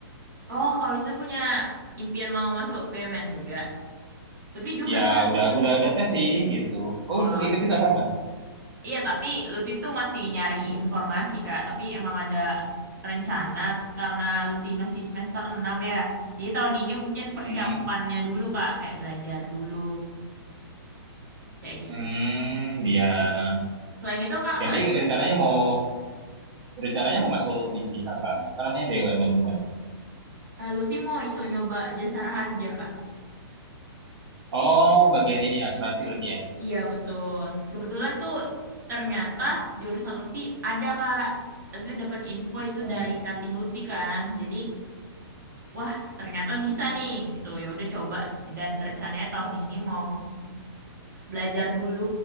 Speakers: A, on the right (about 45°); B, on the right (about 80°).
A: Oh, Kak Wisnu punya impian mau masuk BUMN juga. Tapi juga
B: Ya
A: Kak.
B: udah udah udah tes sih gitu. Oh
A: Wah.
B: udah ikut juga sama.
A: Iya, tapi Lutfi tuh masih nyari informasi, Kak. Tapi emang ada rencana karena Lutfi masih semester 6 ya. Jadi tahun ini mungkin persiapannya
B: Hmm.
A: dulu, Kak. Kayak belajar dulu, kayak gitu
B: Hmm,
A: sih.
B: ya.
A: Selain itu, Kak, apa
B: Jadi
A: lagi?
B: rencananya mau rencananya mau masuk ini apa? Apa namanya BUMN gimana?
A: Eh, Lutfi mau itu nyoba jasa harja, Kak.
B: Oh, bagian ini asuransi berarti ya.
A: Iya, betul. Kebetulan tuh ternyata jurusan Lutfi ada, Kak. Lutfi dapat info itu
B: Hmm.
A: dari cutting Lutfi kan. Jadi, wah, ternyata bisa nih gitu. Ya udah coba. Dan rencananya tahun ini mau belajar dulu,